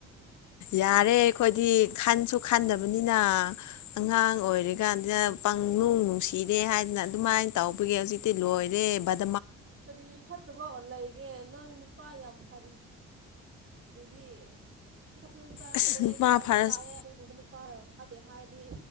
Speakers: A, on the left; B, on the right.
A: ꯌꯥꯔꯦ ꯑꯩꯈꯣꯏꯗꯤ ꯈꯟꯁꯨ ꯈꯟꯗꯕꯅꯤꯅ ꯑꯉꯥꯡ ꯑꯣꯏꯔꯤꯀꯥꯟꯗ ꯄꯪꯅꯨꯡ ꯅꯨꯡꯁꯤꯔꯦ ꯍꯥꯏꯗꯅ ꯑꯗꯨꯃꯥꯏꯅ ꯇꯧꯕꯒꯤ ꯍꯧꯖꯤꯛꯇꯤ ꯂꯣꯏꯔꯦ ꯕꯠ
B: ꯀꯔꯤ ꯐꯠ ꯑꯠꯇꯣꯕ ꯂꯩꯒꯦ ꯅꯪ ꯅꯨꯄꯥ ꯌꯥꯝ ꯐꯔꯤ ꯑꯗꯨꯗꯤ꯫ ꯆꯥꯁꯨ ꯆꯥꯗ꯭ꯔꯦ
A: ꯑꯁ ꯅꯨꯄꯥ
B: ꯒ꯭ꯌꯥꯟꯗꯨ
A: ꯐꯔꯁ
B: ꯇꯥꯏ ꯑꯗꯨꯒꯨꯝꯕ ꯅꯨꯄꯥꯅ ꯐꯠꯇꯦ ꯍꯥꯏꯗꯤ꯫